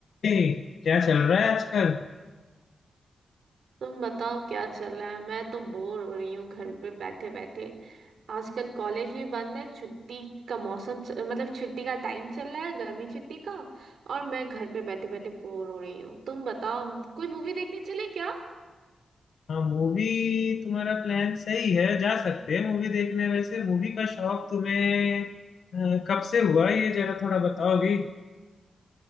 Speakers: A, on the left (about 75°); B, on the right (about 80°).
A: ए, क्या चल रहा है आजकल
B: तुम बताओ क्या चल रहा है मैं तो बोर हो रही हूँ घर पे बैठे बैठे आजकल कॉलेज भी बंद है छुट्टी का मौसम च- मतलब छुट्टी का टाइम चल रहा है गर्मी छुट्टी का और मैं घर पे बैठे बैठे बोर हो रही हूँ तुम बताओ कोई मूवी देखने चले क्या
A: हाँ मूवी तुम्हारा प्लान सही है जा सकते हैं मूवी देखने वैसे मूवी का शौक तुम्हें अ, कब से हुआ ये जरा थोड़ा बताओगी